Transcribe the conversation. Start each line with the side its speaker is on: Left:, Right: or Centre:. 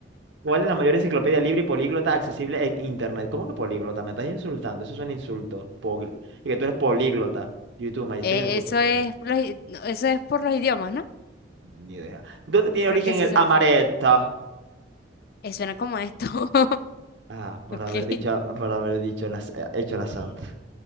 Right: ¿Cuál es la mayor enciclopedia libre y políglota accesible en Internet? ¿Cómo que políglota? Me estás insultando. Eso es un insulto. Pogl- Y que tú eres políglota. YouTube, MySpace,
Left: Eh,
Right: la Wikipedia.
Left: Eso es, los i- no, eso es por los idiomas, ¿no?
Right: Ni idea. ¿Dónde tiene
Left: Creo
Right: origen
Left: que a eso
Right: el
Left: se
Right: amaretto?
Left: refiere. Eh, suena como esto. <laughs>
Right: Ah, por
Left: Ok.
Right: haber dicho, por haber dicho las, eh, hecho la santa.